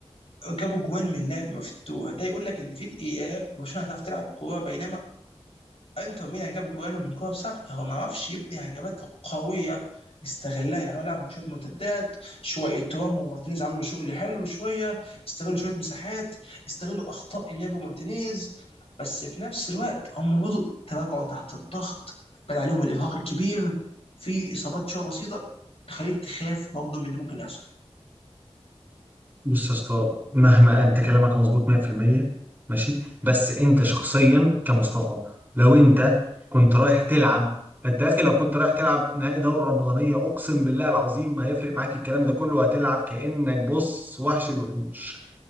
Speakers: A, on the left; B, on the right.
A: جابوا جوان من لعب مفتوح ده يقول لك ان في الاياب برشلونه هتعرف تلعب كوره بينما انتر ميلان جاب جوانه من كور ثابته هو ما عرفش يبني هجمات قويه استغلها يعني هو لعب شويه مرتدات شويه ترام ومارتينيز عملوا شغل حلو شويه استغلوا شويه مساحات استغلوا اخطاء انياجو مارتينيز بس في نفس الوقت هم برضه تراجعوا تحت الضغط بان عليهم الارهاق الكبير في اصابات شويه بسيطه تخليك تخاف برضه من اللي ممكن يحصل
B: بص يا اسطى مهما أنت كلامك مظبوط 100% ماشي بس أنت شخصيا كمصطفى لو أنت كنت رايح تلعب أنت يا أخي لو كنت رايح تلعب نهائي دورة رمضانية أقسم بالله العظيم ما هيفرق معاك الكلام ده كله هتلعب كأنك بص وحش الوحوش